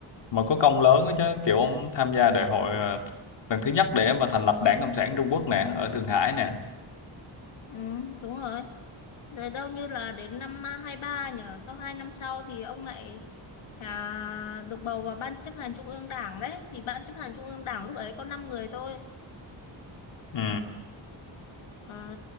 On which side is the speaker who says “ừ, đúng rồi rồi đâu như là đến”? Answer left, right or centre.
Left